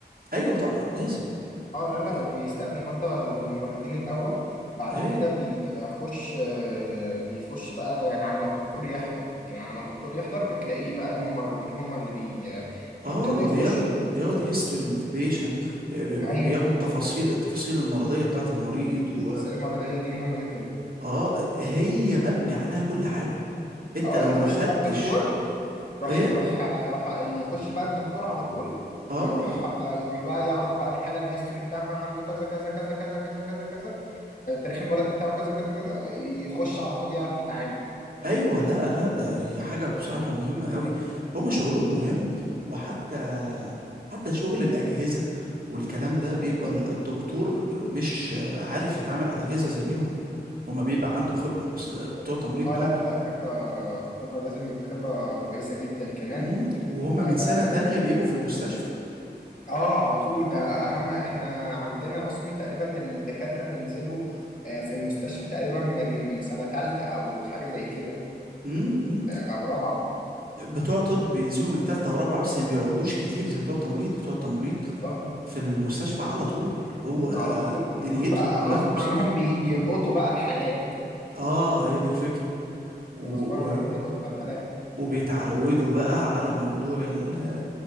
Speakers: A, on the right (about 55°); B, on the left (about 50°).
A: ايوه طبعا لازم
B: اه لا لا
A: آه،
B: اللي بيستقبل المرضى الممرضين الاول بعد
A: ايوه
B: كده بيخش آه، بيخش بقى يعني على ما الدكتور يحضر يعني على ما الدكتور يحضر بتلاقيه بقى الممرضين هم اللي بي
A: اه
B: بيبتدوا يخشوا
A: بياخد بياخد هيستوري من البيشنت
B: ايوه
A: بياخد تفاصيل التفاصيل المرضية بتاعت المريض و
B: السنه المرضيه دي مهمه جدا
A: اه هي مبني عليها كل حاجة انت
B: اه
A: لو
B: يخش
A: ما خدتش
B: بقى الدكتور يروح
A: ايه
B: يروح يروح يخش بقى الدكتور على طول
A: اه
B: يروح يروح بقى يعرف بقى الحاله الهيستوري بتاعها عنده كذا كذا كذا كذا كذا كذا كذا التاريخ المرضي بتاعه كذا كذا كذا يخش على طول يعرف يتعامل
A: ايوه لا لا هي حاجه بصراحه مهمه قوي هما شغلهم مهم وحتى حتى شغل الاجهزه والكلام ده بيبقى ال- الدكتور مش عارف يتعامل على اجهزه زيهم هما بيبقى عنده خبره اصل بتوع تمريض
B: اه
A: دول
B: لا لا لا خبره خبره لازم يبقى خبره كويسه جدا كمان
A: مم، وهما
B: اه
A: من سنه تانية بيبقوا في المستشفى
B: آه، على طول ده اهم احنا عندنا اصلا تقريبا الدكاتره بينزلوا آه، في المستشفى تقريبا من سنه ثالثه او حاجه زي كده
A: مم، مم.
B: او رابعه
A: بتوع طب بينزلوا من تالتة ورابعة بس ما بيقعدوش كتير زي بتوع تمريض بتوع تمريض
B: اه
A: في المستشفى على طول هو
B: على طول
A: دنيتهم
B: على طول فغصب
A: كلها في المستشفى
B: عنهم بي... بيلقطوا بقى الحالات
A: اه هي دي الفكرة و-
B: غصب عنهم
A: و-
B: بيلقطوا بقى الحالات
A: وبيتعودوا بقى على موضوع ال-